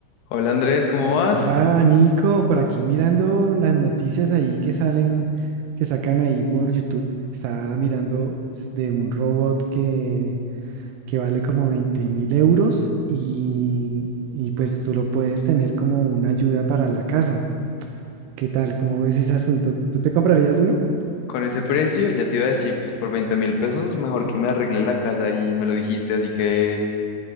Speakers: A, on the left; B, on the right.
A: Hola Andrés, ¿cómo vas?
B: Hola Nico, por aquí mirando las noticias ahí que salen, que sacan ahí por YouTube. Estaba mirando s- de un robot que, que vale como veinte mil euros y, y pues tú lo puedes tener como una ayuda para la casa. ¿Qué tal? ¿Cómo ves ese asunto? ¿Tú te comprarías uno?
A: Con ese precio, ya te iba a decir, pues por veinte mil pesos, mejor que me arregle la casa y me lo dijiste, así que